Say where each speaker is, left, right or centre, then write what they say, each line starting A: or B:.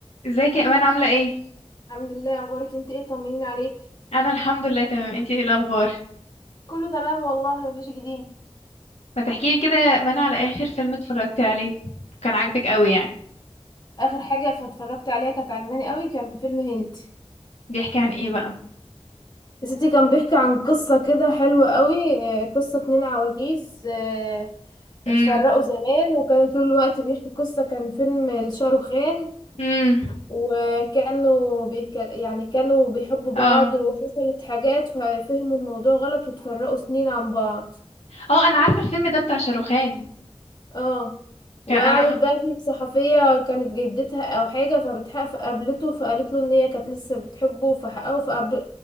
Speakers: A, on the left; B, on the left.
A: ازيك يا امان عامله ايه
B: الحمد لله اخبارك إيه؟ انت ايه طمنين عليك
A: انا الحمد لله تمام انتي ايه الاخبار
B: كله تمام والله مفيش جديد
A: ما تحكيلي كده يا امان على اخر فيلم اتفرجتي عليه كان عاجبك قوي يعني
B: اخر حاجه فاتفرجت عليها كانت عجباني قوي كان فيلم هند
A: بيحكي عن ايه بقى
B: يا ستي كان بيحكي عن قصه كده حلوه قوي آه، قصه اتنين عواجيز آه،
A: امم
B: اتفرقوا زمان وكانوا طول الوقت بيحكوا قصه كان فيلم لشاروخان
A: امم
B: وكانوا بيك... يعني كانوا بيحبوا بعض
A: اه
B: وحصلت حاجات ففهموا الموضوع غلط واتفرقوا سنين عن بعض
A: اه انا عارفه الفيلم ده بتاع شاروخان
B: اه
A: كان
B: وقعدت
A: انا
B: بقى في صحفية كانت جدتها او حاجة فبتحق فقابلته فقالت له ان هي كانت لسه بتحبه فحققه فقابل